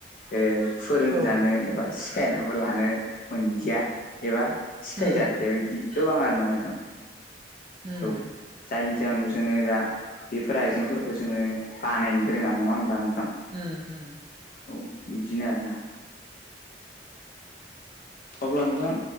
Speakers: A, on the left; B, on the right.
A: ओ फोरोंजानो
B: औ
A: एबा सिखायनाबो लानो मोनदिया एबा सिखायजादिया
B: उम
A: बिबदि गोबां आरोना नोंथां।
B: उम
A: औ जायनि जाहोनाव जोङो दा बेफोर आइजेंफोरखौ जोङो बानायनोबो रोङा नङा होमबा नोंथां?
B: ओम ओम।
A: औ बिब्दिनो आरोना। अब्ला नोंथां